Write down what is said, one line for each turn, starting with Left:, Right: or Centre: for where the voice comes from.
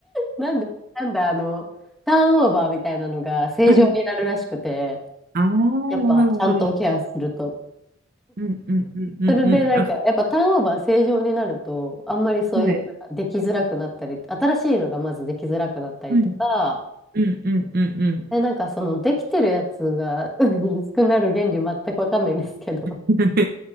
Centre: なんで、なんだあの、ターンオーバーみたいなのが正常になるらしくて、
Right: うん。ああ、なるほど。
Centre: やっぱちゃんとケアすると。
Right: うんうんうんうんうん。
Centre: それでなんか、
Right: あ、
Centre: やっぱターンオーバー正常になると、あんまりそういう、
Right: はい。
Centre: なんかできづらくなったり、新しいのがまずできづらくなったりとか、
Right: うんうんうんうん
Centre: で、なんかそのできてるやつがうん薄く <laughs> なる原理全くわかんないんですけど、
Right: <laughs>